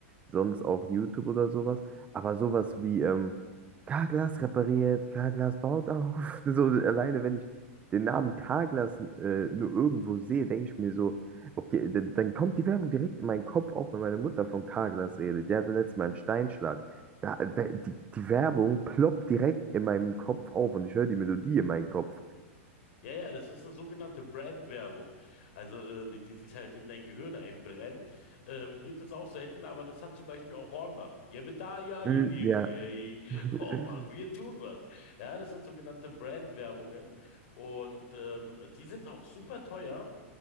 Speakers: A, on the right (about 20°); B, on the left (about 55°).
A: sonst auch YouTube oder sowas. Aber sowas wie ähm, K-Glas repariert, K-Glas baut auf. <laughs> So alleine, wenn ich den Namen K-Glas äh, nur irgendwo sehe, denke ich mir so, okay, d- dann kommt die Werbung direkt in meinen Kopf auf, wenn meine Mutter von K-Glas redet. Die hatte letztes Mal einen Steinschlag. Da, da, die, die Werbung ploppt direkt in meinem Kopf auf und ich höre die Melodie in meinem Kopf.
B: Ja, ja, das ist eine sogenannte Brandwerbung. Also, äh, die, die sich halt in dein Gehirn einbrennt. Ähm, gibt es auch selten, aber das hat zum Beispiel auch Hornbach. Jebedaya, yippie,
A: Hm,
B: yippie,
A: ja.
B: ey. <laughs>
A: <laughs>
B: Hornbach, wir tun was. Ja, das sind sogenannte Brandwerbungen. Und ähm, die sind auch super teuer